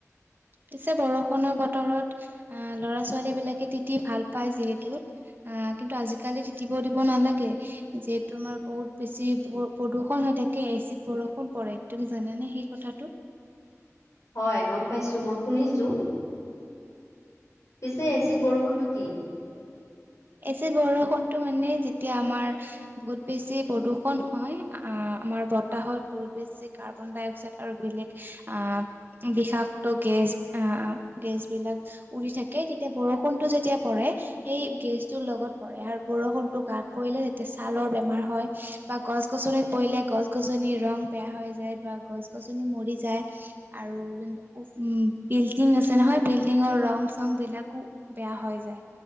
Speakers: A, on the right; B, on the left.
A: পিছে বৰষুণৰ বতৰত, আহ ল'ৰা ছোৱালী বিলাকে তিতি ভাল পায় যিহেতু আ কিন্তু আজিকালি তিতিব দিব কব নালাগে, যিহেতু আমাৰ বহুত বেছি প্ৰদূষন হৈ থাকে এচিত বৰষুণ পৰে, তুমি জানানে সেই কথাটো?
B: হয় গম পাইছো, মই শুনিছো। পিছে, এচিড বৰষুণটো কি?
A: এচিড বৰষুণটো মানে, যেতিয়া আমাৰ, বহুত বেছি প্ৰদূষন হয়, আহ আমাৰ বতাহত বহুত বেছি কাৰ্বন ডাই অক্সাইড আৰু বেলেগ, আহ বিষাক্ত গেছ, আহ গেছ বিলাক উৰি থাকে, তেতিয়া বৰষুণটো যেতিয়া পৰে, সেই গেছ লগত পৰে, আৰু বৰষুণতটো গাত পৰিলে তেতিয়া ছালৰ বেমাৰ হয়, বা গছ গছনিত পৰিলে, গছ গছনিৰ ৰং বেয়া হৈ যায়, বা গছ গছনি মৰি যায়, আৰু যোন উ উ বিল্ডিং আছে নহয়, বিল্ডিঙৰ ৰং চং বিলাকো বেয়া হৈ যায়,